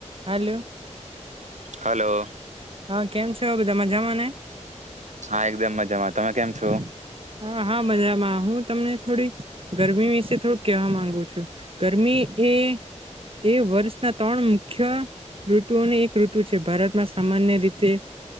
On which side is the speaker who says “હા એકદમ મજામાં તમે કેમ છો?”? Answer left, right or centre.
Right